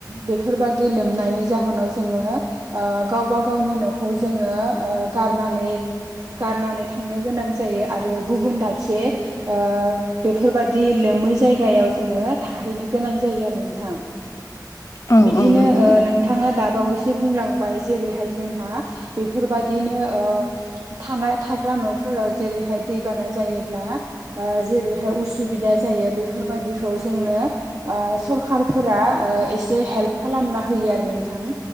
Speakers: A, on the right; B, on the left.
A: बेफोरबायदि दै लोमनायनि जाहोनाव जोंङो ओ गावबा गावनि न'खौ जोंङो ओ गारनानै गारनानै थांनो गोनां जायो आरो गुबुन दाबसे ओ बेफोरबादि लोमै जायगाव जोंङो थाहैनो गोनां जायो आरो नोंथां
B: औ
A: बिदिनो
B: औ नंगौ
A: ओ नों थाङा दाबावैसो बुंलांबाय जेरैहाय जोंहा बेफोरबादिनो ओ थानाय थाग्रा न'फोराव जेरैहाय दैबाना जायोब्ला ओ जेरैहाय उसुबिदा जायो बेफोरबायदिखौ जोंनो ओ सरखारफोरा ओ एसे हेल्प खालामना होयो आरो नोंथां।